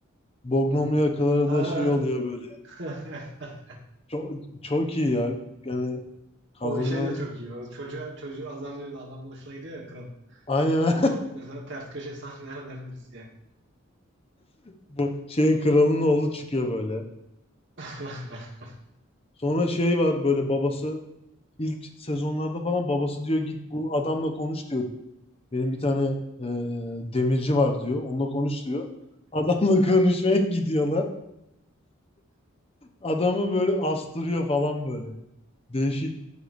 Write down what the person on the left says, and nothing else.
Bognomya
kralı
da şey oluyor böyle.
Çok, çok iyi ya. Yani kadının
aynen
<laughs> bu şeyin kralının oğlu çıkıyor böyle.
Sonra şey var böyle babası ilk sezonlarda falan babası diyor git bu adamla konuş diyor. Benim bir tane e, demirci var diyor. Onunla konuş diyor. Adamla <laughs> konuşmaya gidiyorlar. Adamı böyle astırıyor falan böyle. Değişik,